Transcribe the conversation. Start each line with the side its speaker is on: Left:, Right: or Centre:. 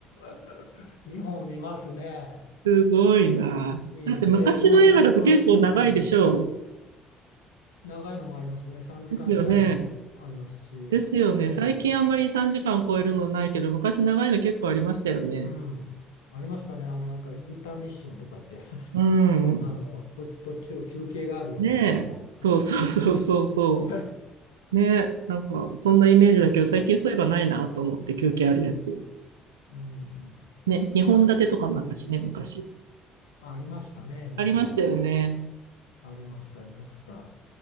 Left: <laughs> 2本見ますね。
Right: すごいな。
Left: いいえー今仕事してないので、
Right: だって昔の映画だと結構長いでしょ
Left: 長いのもありますね。3時間近いのもありますし、
Right: う。ですよね。ですよね。
Left: ええ
Right: 最近あんまり3時間超えるのないけど、昔長いの結構ありましたよね。
Left: うん。ありましたね。あの、なんかインターミッションとか言って、<laughs>
Right: うん。
Left: あの、と途中休憩があるような映画もあったりして。
Right: ねえ、そうそうそうそうそ
Left: <laughs>
Right: う。ねえ、なんかそんなイメージだけど、
Left: そうそう。
Right: 最近そういえばないなと思って休憩あるやつ。
Left: うん。
Right: ね、2本立てとかもあったしね、
Left: 最近そうですね。
Right: 昔。
Left: ありましたね、
Right: ありましたよね。
Left: 日本立て。ありました、ありました。